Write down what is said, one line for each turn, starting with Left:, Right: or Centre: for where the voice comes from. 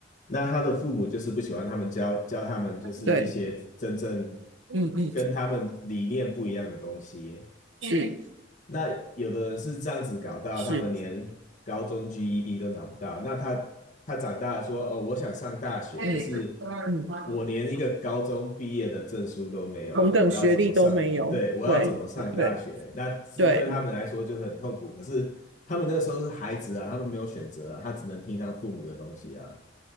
Left: 那他的父母就是不喜欢他们教教他们就是一些真正
Right: 对，嗯嗯，
Left: 跟他们理念不一样的东西。
Right: 是
Left: 那有的人是这样子搞到，
Right: 是是，
Left: 他们连高中 GED 都拿不到。那他他长大了说，哦，我想上大学，
Right: 嗯嗯，
Left: 可是我连一个高中毕业的证书都没有，
Right: 同等学历都没有，
Left: 我要怎么上？对，我要怎么上大学？
Right: 对对
Left: 那是对他们来说就是很痛苦。
Right: 对
Left: 可是他们那个时候是孩子啊，他们没有选择啊，他只能听他父母的东西啊。